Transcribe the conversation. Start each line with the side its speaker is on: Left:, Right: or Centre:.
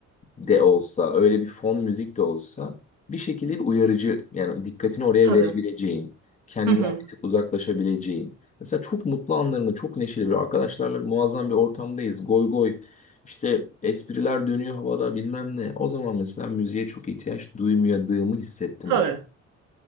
Left: de olsa, öyle bir fon müzik de olsa bir şekilde bir uyarıcı yani dikkatini oraya
Right: Tabii.
Left: verebileceğin, kendinden
Right: Hı hı.
Left: bir tık uzaklaşabileceğin. Mesela çok mutlu anlarında çok neşeli bir arkadaşlarla muazzam bir ortamdayız. Goy goy işte espriler dönüyor havada bilmem ne. O zaman mesela müziğe çok ihtiyaç duymadığımı hissettim
Right: Tabii.
Left: mesela.